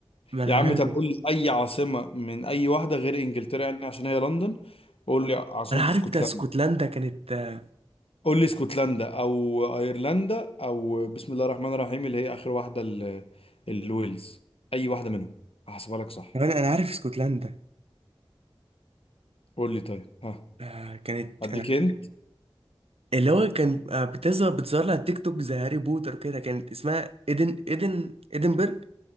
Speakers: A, on the right; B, on the left.
A: ما أنا
B: يا عم
A: عارف
B: طب قول لي أي عاصمة من أي واحدة غير إنجلترا يعني عشان هي لندن قول لي عاصمة
A: أنا عارف
B: اسكتلندا
A: ده اسكتلندا كانت آه،
B: قول لي اسكتلندا او ايرلندا او بسم الله الرحمن الرحيم اللي هي اخر واحده ال- الويلز اي واحده منهم هحسبها لك صح
A: كمان أنا عارف اسكتلندا
B: قول لي طيب ها
A: آه، كانت
B: اديك
A: آه،
B: هنت
A: اللي هو كان آه، بتظهر بتظهر لي على التيك توك زي هاري بوتر كده كانت اسمها ايدن ايدن ايدنبرج